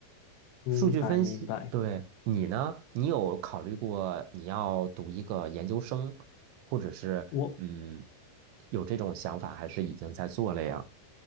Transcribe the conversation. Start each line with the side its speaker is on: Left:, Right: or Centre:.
Left: 明白明白。
Right: 数据分析，对，你呢？你有考虑过你要读一个研究生，或者是嗯，
Left: 我
Right: 有这种想法，还是已经在做了呀？